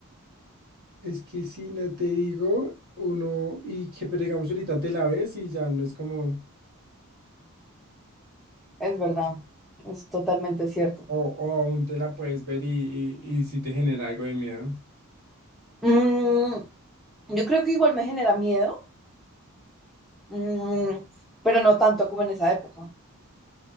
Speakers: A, on the right; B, in the centre.
A: es que si no te digo, uno, y que pero digamos ahorita te la ves y ya no es como,
B: Es verdad. Es totalmente cierto.
A: o, o aún te la puedes ver y, y, y si te genera algo de miedo.
B: Mm, Yo creo que igual me genera miedo, mm, pero no tanto como en esa época.